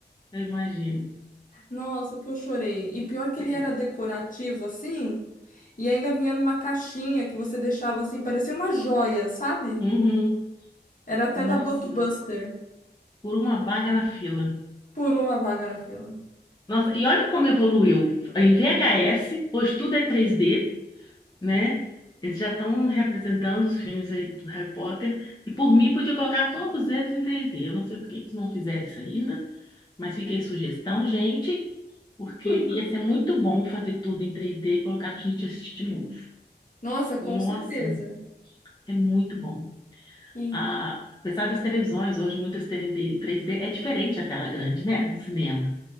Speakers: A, on the left; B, on the left.
A: Eu imagino.
B: Nossa, o que eu chorei. E pior que ele
A: É.
B: era decorativo, assim. E ainda vinha numa caixinha que você deixava assim. Parecia uma joia, sabe?
A: Uhum.
B: Era até
A: Nossa,
B: da Blockbuster.
A: por uma vaga na fila.
B: Por uma vaga na fila.
A: Nossa, e olha como evoluiu. Em VHS, hoje tudo é 3D, né? Eles já estão representando os filmes aí do Harry Potter. E por mim, podia colocar todos eles em 3D. Eu não sei por que que eles não fizeram isso ainda, mas fica aí sugestão, gente, porque
B: <laughs>
A: ia ser muito bom fazer tudo em 3D e colocar para a gente assistir de novo.
B: Nossa, com
A: Nossa,
B: certeza.
A: é muito bom.
B: Sim.
A: Ah, apesar das televisões hoje muitas terem 3D, é diferente a tela grande, né? No cinema.